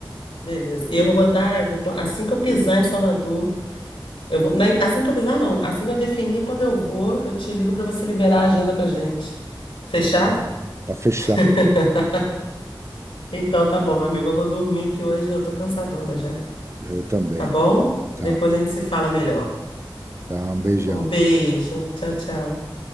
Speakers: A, on the left; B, on the right.
A: Beleza. E eu vou botar, eu vou co- assim que eu pisar em Salvador, eu vou, na- assim que eu pisar, não. Assim que eu definir quando eu vou, eu te ligo para você liberar a agenda pra gente. Fechado?
B: Tá tá fechado,
A: <laughs> Então tá bom, meu amigo. Eu vou dormir que hoje eu tô cansadona já.
B: eh, também.
A: Tá bom?
B: Tá.
A: Depois a gente se fala melhor.
B: Tá, um beijão.
A: Um beijo. Tchau, tchau.